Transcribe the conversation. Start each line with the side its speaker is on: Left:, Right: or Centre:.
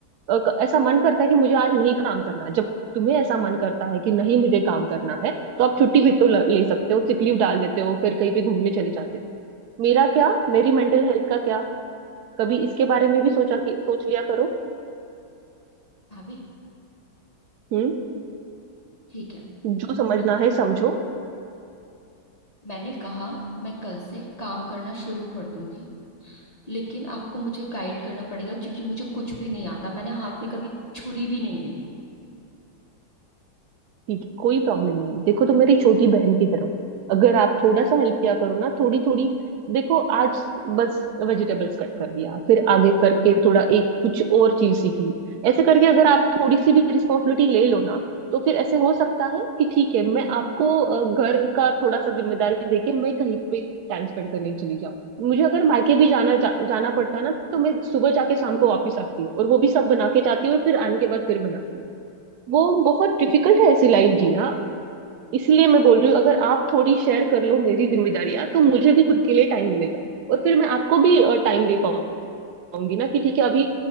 Right: अ, क- ऐसा मन करता है कि मुझे आज नहीं काम करना जब तुम्हें ऐसा मन करता है कि नहीं मुझे काम करना है तो आप छुट्टी भी तो ल- ले सकते हो सिक लीव डाल देते हो फिर कहीं पे घूमने चले जाते हो मेरा क्या मेरी मेंटल हेल्थ का क्या कभी इसके बारे में भी सोचा कि सोच लिया करो
Left: भाभी
Right: हम्म
Left: ठीक है
Right: जो समझना
Left: मैं
Right: है समझो
Left: मैंने कहा मैं कल से काम करना शुरू कर दूंगी लेकिन आपको मुझे गाइड करना पड़ेगा क्योंकि मुझे कुछ भी नहीं आता मैंने हाथ में कभी छुरी भी नहीं ली
Right: ठीक है कोई प्रॉब्लम नहीं देखो तो मेरी छोटी बहन की तरह हो अगर आप थोड़ा सा हेल्प किया करो ना थोड़ी थोड़ी देखो आज बस वेजिटेबल्स कट कर दिया फिर आगे करके थोड़ा एक कुछ और चीज सीख ली ऐसे करके अगर आप थोड़ी सी भी रिस्पॉन्सिबिलिटी ले लो ना तो फिर ऐसे हो सकता है कि ठीक है मैं आपको अ, घर का थोड़ा सा जिम्मेदारी देके मैं कहीं पे टाइम स्पेंड करने चली जाऊँ मुझे अगर मार्केट भी जाना जा, जाना पड़ता है ना तो मैं सुबह जाके शाम को वापस आती हूँ और वो भी सब बना के जाती हूँ और फिर आने के बाद फिर बनाती हूँ वो बहुत डिफिकल्ट है ऐसी लाइफ जीना इसलिए मैं बोल रही हूँ अगर आप थोड़ी शेयर कर लो मेरी जिम्मेदारियां तो मुझे भी खुद के लिए टाइम मिलेगा और फिर मैं आपको भी टाइम दे पाऊंगी ना कि ठीक है अभी